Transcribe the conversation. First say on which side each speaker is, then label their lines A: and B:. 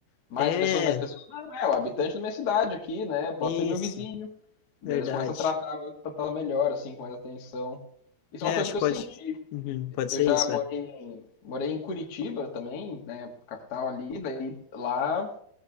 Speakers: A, on the left; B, on the left.
A: mais
B: é,
A: pessoa, mais pessoa. Não, é o habitante da minha cidade aqui, né? Pode
B: isso,
A: ser meu vizinho. Daí
B: verdade.
A: eles começam a tratar, tratar melhor, assim, com mais atenção. Isso
B: É,
A: é uma coisa
B: acho
A: que
B: que
A: eu
B: pode.
A: senti.
B: Uhum, pode
A: Eu
B: ser
A: já
B: isso,
A: morei
B: é.
A: em, morei em Curitiba também, né? Capital ali, daí lá